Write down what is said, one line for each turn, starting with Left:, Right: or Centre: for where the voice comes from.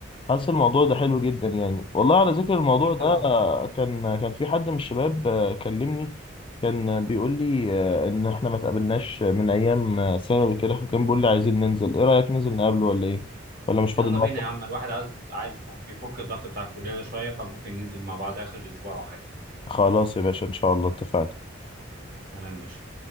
Left: حاسس الموضوع ده حلو جدا يعني والله على ذكر الموضوع
Right: اكيد طبعا
Left: ده آه، كان كان في حد من الشباب آه، كلمني كان آه، بيقول لي آه، ان احنا ما اتقابلناش من ايام آه، ثانوي كده فكان بيقول لي عايزين ننزل ايه رأيك ننزل نقابله ولا ايه ولا مش فاضي
Right: يلا
Left: النهارده
Right: بينا يا عم الواحد عايز عايز يفك يفك الضغط بتاع الكلية ده شوية فممكن ننزل مع بعض آخر أسبوع أو حاجة
Left: خلاص يا باشا ان شاء الله اتفقنا
Right: تمام ماشي